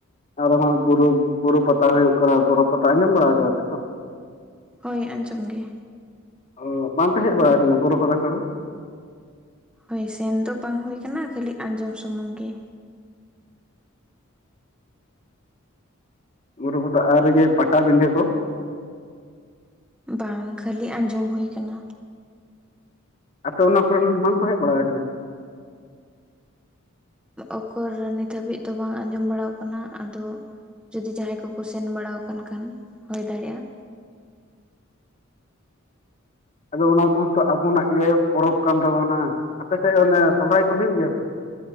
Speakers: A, on the left; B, in the centre.
A: ᱟᱨᱦᱚᱸ ᱦᱚᱜᱼᱚᱭ ᱵᱩᱨᱩ, ᱵᱩᱨᱩ ᱯᱟᱛᱟ ᱦᱩᱭᱩᱜ ᱠᱟᱱᱟ ᱾ ᱵᱚᱨᱚ ᱯᱟᱛᱟ ᱟᱸᱡᱚᱢ ᱵᱟᱲᱟ ᱠᱟᱫᱟ ᱯᱮ ᱛᱚ᱾
B: ᱦᱳᱭ ᱟᱸᱡᱚᱢ ᱜᱮ᱾
A: ᱚ ᱵᱟᱝᱯᱮ ᱦᱮᱠ ᱵᱟᱲᱟ ᱟᱠᱟᱱᱟ᱾ ᱵᱚᱨᱚ ᱯᱟᱛᱟ ᱠᱚᱫᱚ᱾
B: ᱦᱳᱭ ᱥᱮᱱ ᱫᱚ ᱵᱟᱝ ᱦᱳᱭ ᱟᱠᱟᱱᱟ᱾ ᱠᱷᱟᱹᱞᱤ ᱟᱸᱡᱚᱢ ᱥᱩᱢᱩᱝ ᱜᱮ᱾
A: ᱵᱩᱨᱩ ᱯᱟᱛᱟ ᱾ ᱟᱨ ᱤᱭᱟᱹ ᱯᱟᱴᱟᱵᱤᱸᱫᱷᱟᱹ ᱠᱚ᱾
B: ᱵᱟᱝ, ᱠᱷᱟᱹᱞᱤ ᱟᱸᱡᱚᱢ ᱦᱳᱭ ᱠᱟᱱᱟ᱾
A: ᱟᱯᱮ ᱚᱱᱟ ᱠᱚᱨᱮᱱ ᱵᱟᱝᱠᱚ ᱦᱮᱠ ᱵᱟᱲᱟ ᱟᱠᱟᱱᱟ?
B: ᱩᱠᱩᱨ, ᱱᱤᱛ ᱦᱟᱹᱵᱤᱡ ᱫᱚ ᱵᱟᱝ ᱟᱸᱡᱚᱢ ᱵᱟᱲᱟᱣ ᱠᱟᱱᱟ᱾ ᱟᱫᱚ ᱡᱩᱫᱤ ᱡᱟᱦᱟᱸᱭ ᱠᱚᱠᱚ ᱥᱮᱱ ᱵᱟᱲᱟ ᱟᱠᱟᱱ ᱠᱷᱟᱱ, ᱦᱚᱭ ᱫᱟᱲᱮᱭᱟᱜᱼᱟ᱾
A: ᱟᱫᱚ ᱚᱱᱟ ᱠᱚᱦᱚᱸ ᱛᱚ ᱟᱵᱚᱱᱟᱜ ᱜᱮ ᱯᱚᱨᱚᱵᱽ ᱠᱟᱱ ᱛᱟᱵᱚᱱᱟ᱾ ᱟᱯᱮ ᱥᱮᱜ ᱚᱱᱮ ᱥᱚᱦᱨᱟᱭ ᱠᱚ ᱦᱩᱭᱩᱜ ᱜᱮᱭᱟ ᱛᱚ?